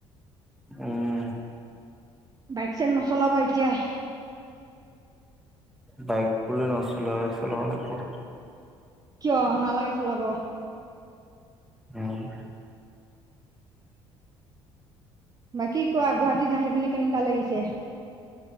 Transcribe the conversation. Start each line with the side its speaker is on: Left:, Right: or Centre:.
Centre: উম।
Right: বাইক চাইক নচলাবা এতিয়াই।
Centre: বাইক বুলিলে নচল বাইক চলাব লাগো।
Right: কিয় নালাগে চলাব।
Centre: অ'।
Right: বাকী কোৱা গুৱাহাটীত নাহি পিনি কেনুকুৱা লাগিছে?